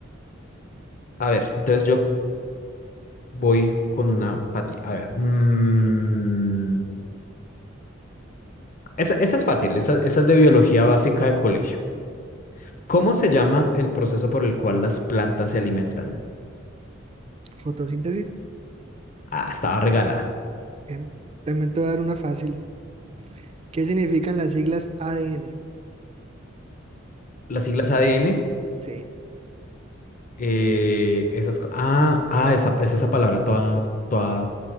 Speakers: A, on the left; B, on the right.
A: A ver, entonces yo voy con una pati, a ver, mm, esa, esa es fácil, esa, esa es de biología básica de colegio. ¿Cómo se llama el proceso por el cual las plantas se alimentan?
B: Fotosíntesis.
A: Ah, estaba regalada.
B: Bien. También te voy a dar una fácil. ¿Qué significan las siglas ADN?
A: Las siglas ADN,
B: Sí,
A: Eh, esas co- ah, ah, esa, es esa palabra toda, toda,